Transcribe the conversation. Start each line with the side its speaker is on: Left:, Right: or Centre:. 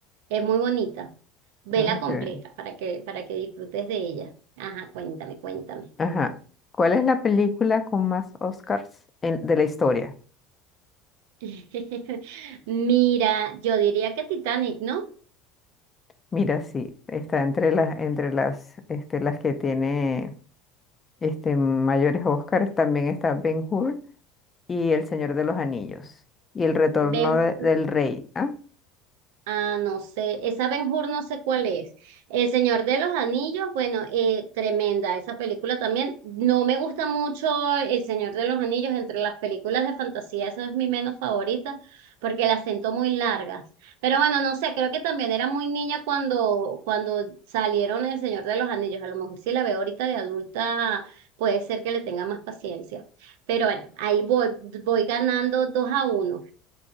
Right: Es muy bonita. Vela
Left: Ok.
Right: completa para que, para que disfrutes de ella. Ajá, cuéntame, cuéntame.
Left: Ajá. ¿Cuál es la película con más Oscars en- de la historia?
Right: <laughs> Mira, yo diría que Titanic, ¿no?
Left: Mira, sí, está entre las, entre las, este, las que tiene este, mayores Oscars. También está Ben-Hur y El Señor de los Anillos y El Retorno
Right: Ben
Left: de- del Rey. ¿Ah?
Right: Ah, no sé, esa Ben Hur no sé cuál es. El Señor de los Anillos, bueno, eh, tremenda esa película también. No me gusta mucho El Señor de los Anillos, entre las películas de fantasía, esa es mi menos favorita, porque las siento muy largas. Pero bueno, no sé, creo que también era muy niña cuando, cuando salieron El Señor de los Anillos. A lo mejor si la veo ahorita de adulta, puede ser que le tenga más paciencia. Pero bueno, ahí voy, voy ganando dos a uno.